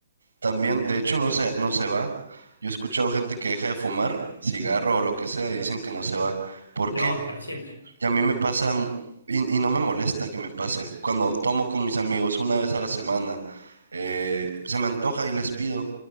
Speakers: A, on the right; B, on the left.
A: También, de hecho, no se, no se va. Yo he escuchado gente que deja de fumar, cigarro o lo que sea, y dicen que no se va. ¿Por
B: No,
A: qué?
B: es para siempre.
A: Y a mí me pasa, m- y, y no me molesta que me pase. Cuando tomo con mis amigos una vez a la semana, eh, se me antoja y les pido,